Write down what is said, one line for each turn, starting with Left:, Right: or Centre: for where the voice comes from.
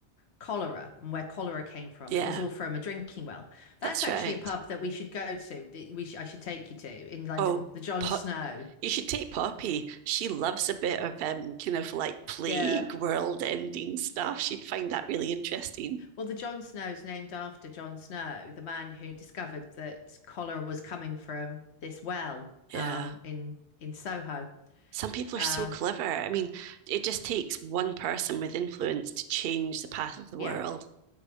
Left: cholera and where cholera came from,
Right: yeah.
Left: and it was all from a drinking well. That's
Right: That's
Left: actually
Right: right.
Left: a pub that we should go to. That we sh- I should take you to in London,
Right: Oh,
Left: the John
Right: Pop,
Left: Snow.
Right: you should take Poppy. She loves a bit of um kind of like plague,
Left: Yeah,
Right: world-ending stuff. She'd find that really interesting.
Left: well, the John Snow's named after John Snow, the man who discovered that cholera was coming from this well
Right: Yeah.
Left: um, in in Soho.
Right: Some people
Left: Um,
Right: are so clever. I mean, it just takes one person with influence to change the path of the
Left: yeah,
Right: world.